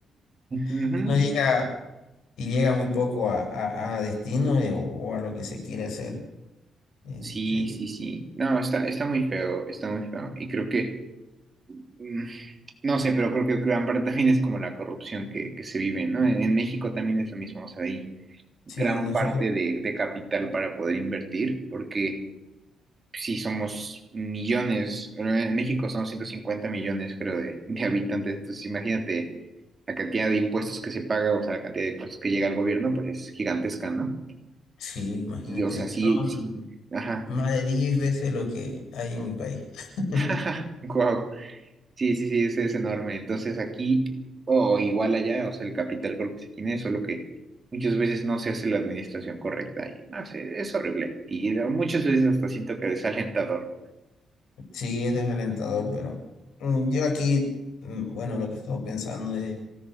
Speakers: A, on the right (about 30°); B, on the left (about 80°).
A: Ujú.
B: <laughs> y no llega, y llega muy poco a, a- a destino eh, o, o a lo que se quiere hacer. Este,
A: Sí, sí, sí. No, está, está muy feo, está muy feo. Y creo que, mm, no sé, pero creo que gran parte también es como la corrupción que, que se vive, ¿no? En, en México también es lo mismo, o sea, hay gran
B: sí, nosotros,
A: parte de, de capital para poder invertir, porque sí somos millones, pero en México son 150 millones, creo, de, de habitantes. Entonces, imagínate la cantidad de impuestos que se paga, o sea, la cantidad de impuestos que llega al gobierno, pues es gigantesca, ¿no?
B: sí, imagínate,
A: Y, o sea, sí,
B: son
A: sí, ajá.
B: más de 10 veces lo que hay en mi país. <laughs>
A: <laughs> Wow. Sí, sí, sí, ese es enorme. Entonces, aquí, o igual allá, o sea, el capital creo que se tiene, solo que muchas veces no se hace la administración correcta y no sé, es horrible. Y muchas veces hasta siento que desalentador.
B: Sí, es desalentador, pero mm, yo aquí, mm, bueno, lo que he estado pensando es